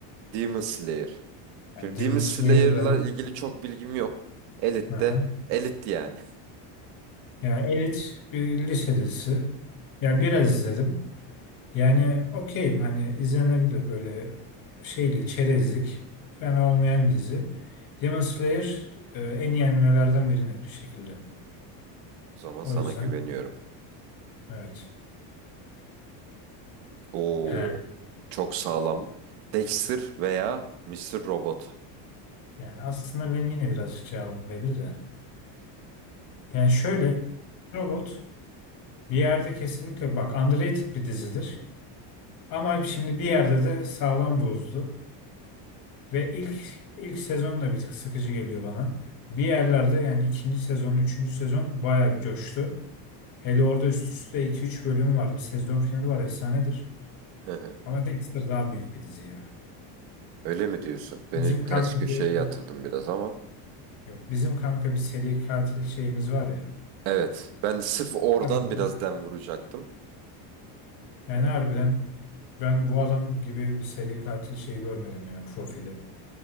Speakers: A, on the right (about 80°); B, on the left (about 45°).
A: Demon Slayer.
B: Yani
A: Şimdi
B: Demon
A: Demon Slayer'la
B: Slayer
A: ilgili çok bilgim yok. Elite
B: Aha.
A: de Elite yani.
B: Ya elit bir lise dizisi. Ya biraz izledim. Yani okeyim hani izlenebilir böyle şeylik, çerezlik. Fena olmayan bir dizi. Demon Slayer e, en iyi animelerden biri net bir şekilde.
A: O zaman
B: O
A: sana
B: yüzden
A: güveniyorum.
B: evet.
A: Oo,
B: He.
A: çok sağlam. Dexter veya Mister Robot.
B: Yani aslında benim yine birazcık cevabım belli de. Yani şöyle robot bir yerde kesinlikle bak underrated bir dizidir. Ama şimdi bir yerde de sağlam bozdu. Ve ilk ilk sezon da bir tık sıkıcı geliyor bana. Bir yerlerde yani ikinci sezon, üçüncü sezon bayağı bir coştu. Hele orada üst üste iki üç bölüm var. Bir sezon finali var efsanedir.
A: Hı hı.
B: Ama Dexter daha büyük bir dizi ya.
A: Öyle mi diyorsun? Beni
B: Bizim
A: ters
B: kanka
A: köşeye
B: bir
A: yatırdın biraz ama.
B: yok. Bizim kanka bir seri katil şeyimiz var ya.
A: Evet, ben de sırf oradan
B: Harbiden.
A: biraz dem vuracaktım.
B: Yani
A: Yani
B: harbiden ben bu adam gibi bir seri katil şey görmedim ya profili.